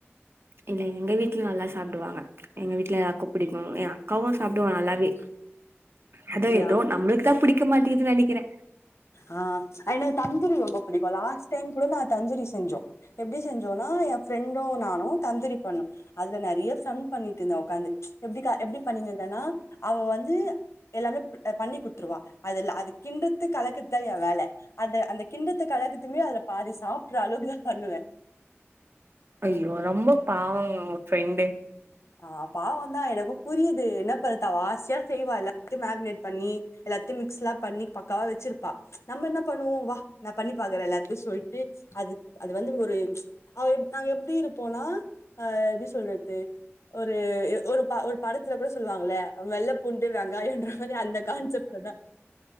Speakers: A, on the right (about 55°); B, on the left (about 80°).
A: இல்ல எங்க வீட்லியு நல்லா சாப்டுவாங்க எங்க வீட்டுல எல்லாருக்கு புடிக்கு ஏன் அக்காவு சாப்டுவா நல்லாவே அது
B: அப்டியா
A: ஏதோ நம்ளுக் தா புடிக்க மாட்டிக்குது நெனைக்கிற
B: ஆ எனக் தந்தூரி ரொம்ப புடிக்கு லாஸ்ட் டைம் கூட நா தந்தூரி செஞ்சோ எப்டி செஞ்சோனா என் ஃப்ரெண்டு நானு தந்தூரி பண்ணு அதுல நறைய ஃபன் பண்ணிட்டு இருந்தா உட்காந்து எப்டி கா எப்டி பண்ணியிருந்தேன்னா அவ வந்து எல்லாமே அ பண்ணி குடுத்துருவா அதுல அது கின்றத்துக் கலக்கு தா ஏ வேல அத அந்த கிண்டத்து கலகத்துமே அத பாதி சாப்ட்ர அளவுக்குதா பண்ணுவே
A: ஐய்யோ ரொம்ப பாவங்க உங்க ஃப்ரெண்டு
B: ஆ பாவந்தா எனக்கு புரிது என்ன பன்த்து அவ ஆசியா செய்வா எல்லாத்தையு மேக்னெட் பண்ணி எல்லாத்தியு மிக்ஸ்லா பண்ணி பக்காவா வச்சிருப்பா நம்ம என்ன பண்ணுவோ வா நா பண்ணி பாக்கற எல்லாத்தையு சொல்ட்டு அது அது வந்து ஒரு அவ நாங்க எப்டி இருப்போனா அ எப்டி சொல்றத்து ஒரு ஒரு ஒரு படத்துல கூட சொல்லுவாங்கள வெள்ள பூண்டு வெங்காயன்ற மாரி அந்த கான்செப்ட்ல தா